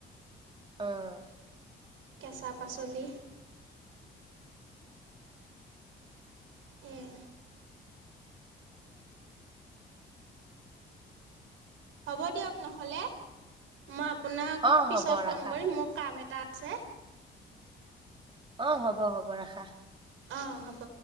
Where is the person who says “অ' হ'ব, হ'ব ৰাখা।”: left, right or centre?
Right